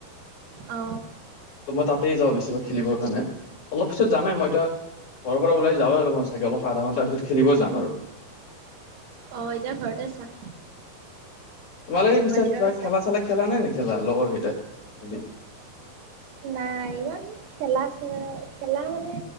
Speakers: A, on the right; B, on the left.
A: অ
B: ত মই তাতেই যাওঁ বেছিভাগ খেলিবৰ কাৰণে অলপ পিছত যামেই মই ত ঘৰৰ পৰা ওলাই যাওঁ আৰু মই চাগে অলপ আধা ঘণ্টা পিছত খেলিব যাম আৰু
A: অ এতিয়া ঘৰত আছা
B: ভালে
A: নে
B: হৈছে
A: বাহিৰত
B: কিবা
A: আছা
B: খেলা চেলা খেলা নাই খেলা লগৰ কেইটাই মিলি
A: নাই ইমান খেলা এ খেলা মানে